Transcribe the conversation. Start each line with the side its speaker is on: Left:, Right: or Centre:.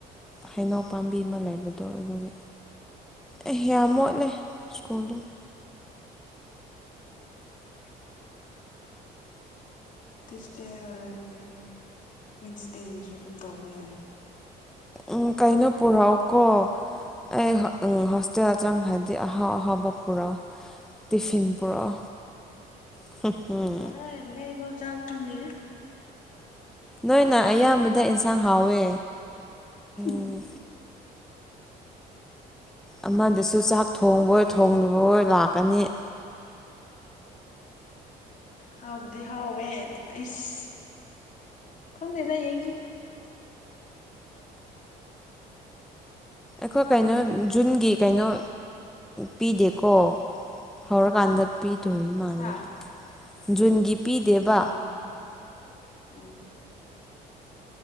Centre: ꯍꯩꯅꯥꯎ ꯄꯥꯝꯕꯤ ꯑꯃ ꯂꯩꯕꯗꯣ ꯑꯗꯨꯒꯤ ꯑꯦ ꯌꯥꯝ ꯃꯣꯠꯂꯦ ꯁ꯭ꯀꯨꯜꯗꯣ
Left: <unintelligible> ꯇ꯭ꯌꯁꯗꯦ ꯍꯧꯔꯗꯤ ꯋꯤꯟꯁꯗꯦꯗꯨꯁꯨ ꯑꯗꯨꯝ ꯇꯧꯕ ꯌꯥꯏ
Centre: ꯎꯝ ꯀꯩꯅꯣ ꯄꯨꯔꯛꯑꯣ ꯀꯣ ꯑꯩ ꯍꯣꯁꯇꯦꯜ ꯆꯪ ꯍꯥꯏꯗꯤ ꯑꯍꯥꯎ ꯑꯍꯥꯎꯕ ꯄꯨꯔꯣꯑꯣ ꯇꯤꯐꯤꯟ ꯄꯨꯔꯣ <unintelligible>
Left: <unintelligible> ꯑꯩꯐꯥꯎ ꯆꯥꯕ ꯐꯪꯗꯦ
Centre: ꯅꯣꯏꯅ ꯑꯌꯥꯝꯕꯗ ꯑꯦꯟꯁꯥꯡ ꯍꯥꯎꯋꯦ
Left: <inaudible>
Centre: ꯎꯝ ꯑꯃꯗꯁꯨ ꯆꯥꯛ ꯊꯣꯡꯕꯣꯏ ꯊꯣꯡꯗꯕꯣꯏ ꯂꯥꯛꯀꯅꯤ
Left: ꯍꯥꯎꯕꯗꯤ ꯍꯥꯎꯋꯦ ꯑꯗꯣ ꯑꯩꯁ ꯈꯪꯗꯦꯗ ꯌꯦꯡꯁꯦ
Centre: ꯑꯩꯈꯣꯏ ꯀꯩꯅꯣ ꯖꯨꯟꯒꯤ ꯀꯩꯅꯣ ꯄꯤꯗꯦꯀꯣ ꯍꯧꯔꯀꯥꯟꯗ ꯄꯤꯗꯣꯔꯤ ꯃꯥꯜꯂꯦ
Left: ꯍꯥ
Centre: ꯖꯨꯟꯒꯤ ꯄꯤꯗꯦꯕ
Left: ꯑꯣ ꯎꯝ